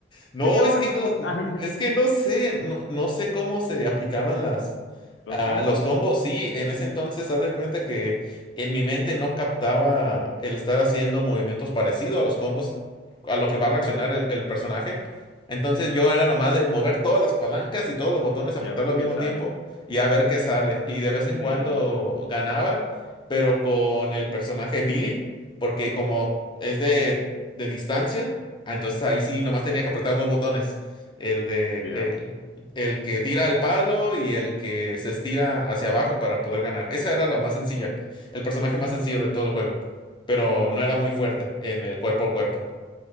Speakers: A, on the left; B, on the left.
A: No,
B: peor,
A: es que
B: hijo.
A: no,
B: <laughs>
A: es que no sé, no, no sé cómo se aplicaban las,
B: Los
A: ah,
B: combos
A: los combos. Sí, en ese entonces, haz de cuenta que en mi mente no captaba el estar haciendo movimientos parecidos a los combos, a lo que va a reaccionar el, el personaje. Entonces yo era nomás de mover todas las palancas y todos los botones, apretarlo
B: y a ver
A: al
B: qué
A: mismo
B: sale.
A: tiempo y a ver qué sale. Y de vez en cuando
B: Sí,
A: ganaba, pero con el personaje Billy, porque como es de de distancia. Ah, entonces ahí sí nomás tenía que apretar dos botones. El de
B: ya.
A: el, el que tira el palo y el que se estira hacia abajo para poder ganar. Esa era la más sencilla, el personaje más sencillo de todo el juego. Pero no era muy fuerte en el cuerpo a cuerpo.